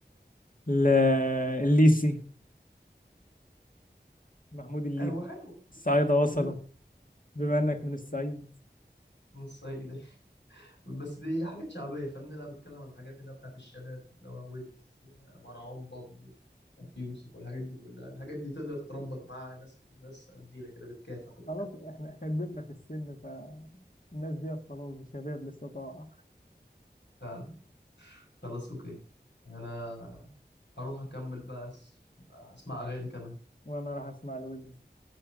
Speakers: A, on the left (about 50°); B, on the left (about 80°).
A: ال... الليسي محمود الليثي
B: هو حلو برضه
A: الصعايدة
B: كويس.
A: وصلوا
B: بس
A: بما إنك من الصعيد
B: من الصعيد دي، بس دي حاجات شعبية فاهمني أنا بتكلم عن الحاجات اللي هي بتاعت الشباب اللي هو ويجز آه، مروان بابلو أبي يوسف والحاجات دي كلها الحاجات دي تقدر تربط معاها ناس ناس قدينا كده بتكافح وبتاع
A: خلاص احنا احنا كبرنا في السن فالناس ديت خلاص شباب لسه طاعة
B: فعلا خلاص أوكي أنا هروح أكمل بقى أس- أسمع أغاني كمان
A: وانا راح اسمع لويلز